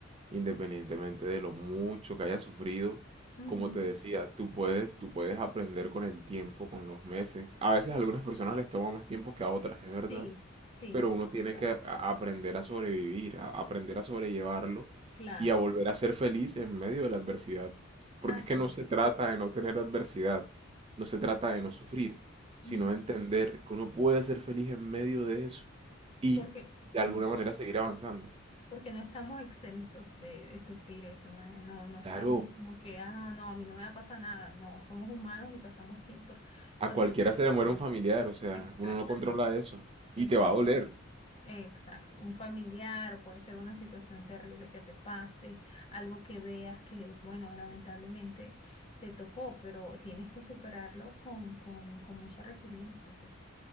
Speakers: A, on the right (about 30°); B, on the left (about 30°).
A: independientemente de lo mucho que hayas sufrido,
B: Ujú.
A: como te decía, tú puedes, tú puedes aprender con el tiempo, con los meses. A veces a algunas personas les toma más tiempo que a otras, es verdad
B: Sí, sí,
A: pero uno tiene
B: ¿verdad?
A: que a- a- aprender a sobrevivir, a aprender a sobrellevarlo
B: Claro,
A: y a volver a ser feliz en medio de la adversidad. Porque
B: así
A: es que no
B: es.
A: se trata de no tener adversidad, no se trata de no sufrir, sino
B: Ujú.
A: de entender que uno puede ser feliz en medio de eso y
B: Porque,
A: de
B: ujú,
A: alguna manera seguir avanzando.
B: porque no estamos exentos de, de sufrir eso, ¿no? Eh, No, no estamos
A: Claro,
B: como que, ah, no, a mí no me va a pasar nada. No, somos humanos y pasamos sí por
A: a
B: cualquier...
A: cualquiera se le muere
B: no,
A: un familiar, o sea,
B: Exactamente,
A: uno no controla eso
B: exactamente.
A: y te va a doler,
B: Exacto, un familiar, o puede ser una situación terrible que te pase, algo que veas que, bueno, lamentablemente te tocó, pero tienes que superarlo con, con, con mucha resiliencia, pues,